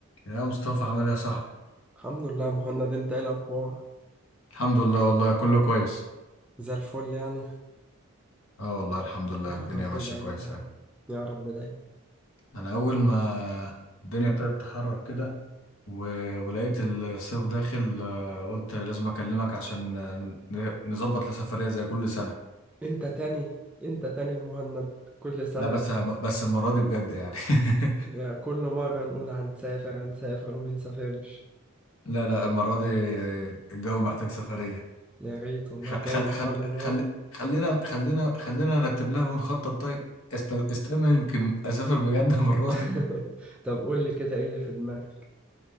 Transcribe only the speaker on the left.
يا مصطفى عامل ايه يا صاحبي
الحمد لله والله كله كويس
اه والله الحمد لله
الدنيا ماشيه
كويس
يعني
انا اول ما الدنيا ابتدت تحرر كده و... ولقيت الصيف داخل آه، قلت لازم اكلمك عشان آه، ن- نظبط لسفريه زي كل سنه
لا بس بس المره دي بجد يعني <laughs>
لا لا المره دي الجو محتاج سفريه
خل...
خل... خل...
خل... خلينا خلينا خلينا نرتب لها ونخطط طيب است... استنى يمكن اسافر بجد <laughs> المره
دي